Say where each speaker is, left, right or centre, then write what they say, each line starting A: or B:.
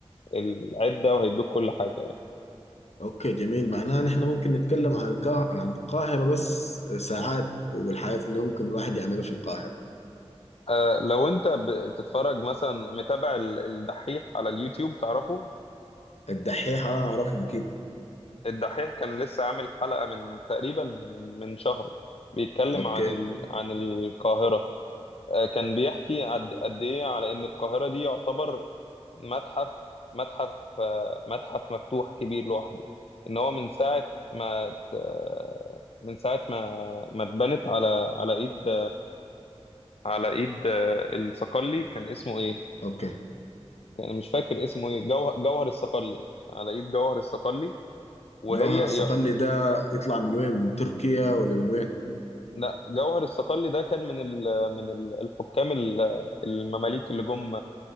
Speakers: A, on the left (about 65°); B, on the left (about 85°).
A: العدة وهيدوك كل حاجة يعني
B: أوكي جميل معناها نحن ممكن نتكلم عن القاهرة عن القاهرة بس ساعات والحاجات اللي ممكن الواحد يعملها في القاهرة
A: آه، لو انت بتتفرج مثلا متابع ال- الدحيح على اليوتيوب تعرفه
B: الدحيحة أعرفه أكيد
A: الدحيح كان لسه عامل حلقة من تقريبا من من شهر بيتكلم
B: أوكي
A: عن ال... عن القاهرة آه، كان بيحكي قد قد ايه على ان القاهره دي يعتبر متحف متحف آه، متحف مفتوح كبير لوحده ان هو من ساعه ما ت- آه، من ساعه ما ما اتبنت على على ايد على ايد آه، الصقلي كان اسمه ايه
B: أوكي
A: يعني مش فاكر اسمه ايه جوهر جوهر الصقلي على ايد جوهر الصقلي وهي
B: جوهر الصقلي
A: ي-
B: ده يطلع من وين؟ من تركيا ولا من وين؟
A: لا جوهر الصقلي ده كان من ال... من ال- الحكام ال- المماليك اللي جم